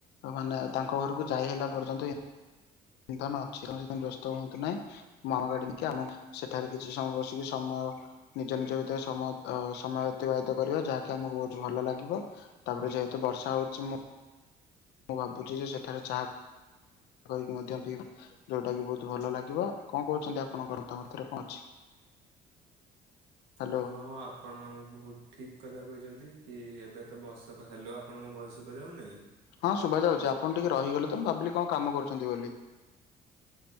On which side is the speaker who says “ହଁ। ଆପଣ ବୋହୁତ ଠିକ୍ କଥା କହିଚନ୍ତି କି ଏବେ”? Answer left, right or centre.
Right